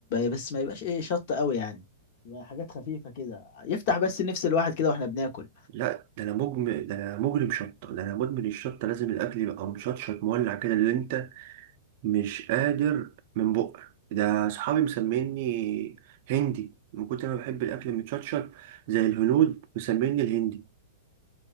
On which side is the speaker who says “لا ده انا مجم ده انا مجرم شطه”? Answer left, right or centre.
Right